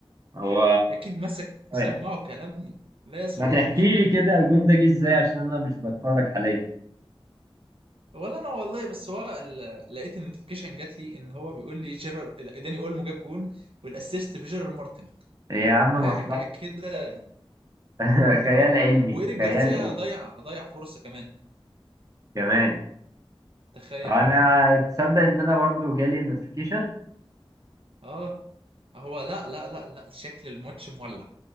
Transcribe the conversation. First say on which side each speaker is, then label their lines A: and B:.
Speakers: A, on the right; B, on the right.
A: هو
B: اكيد مسك
A: طيب
B: سماعه كلام لا يسر
A: ما تحكي لي كده الجون ده جه ازاي عشان انا مش بتفرج حاليا
B: ولا انا والله بس هو ال- لقيت النوتيفيكيشن جات لي ان هو بيقول لي جيرار داني اولمو جاب جون والاسيست بجيرار مارتن
A: يا عم
B: حاجه
A: مصلحة
B: كده
A: <laughs> خيال
B: اه
A: علمي
B: وايريك
A: خيال
B: جارسيا
A: علمي
B: ضيع ضيع فرصه كمان
A: كمان
B: تخيل
A: انا تصدق ان انا برضو جالي النوتيفيكيشن
B: اه هو لا لا لا لا شكل الماتش مولع